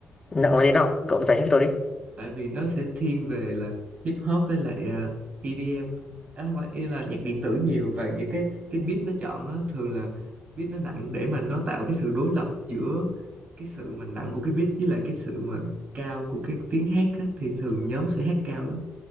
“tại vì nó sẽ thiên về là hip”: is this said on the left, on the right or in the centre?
Right